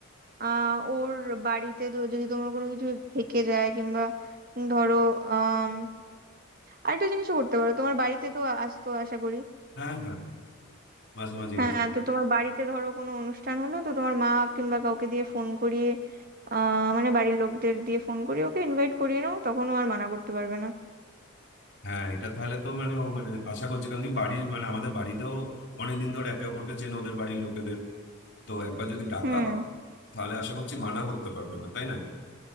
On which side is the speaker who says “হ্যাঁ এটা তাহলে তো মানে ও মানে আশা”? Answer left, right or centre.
Left